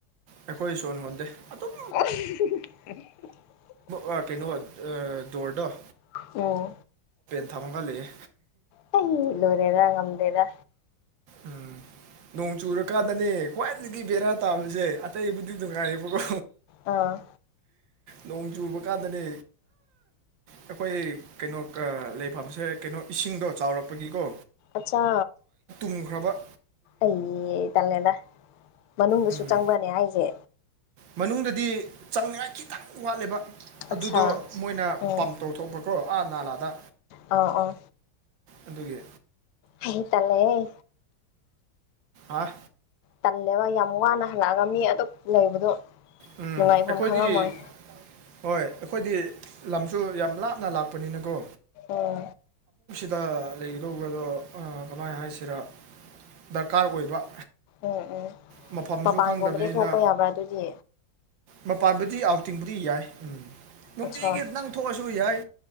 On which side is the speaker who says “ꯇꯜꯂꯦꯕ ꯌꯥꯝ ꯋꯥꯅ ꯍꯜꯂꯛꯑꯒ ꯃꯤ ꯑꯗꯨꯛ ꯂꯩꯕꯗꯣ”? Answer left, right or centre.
Left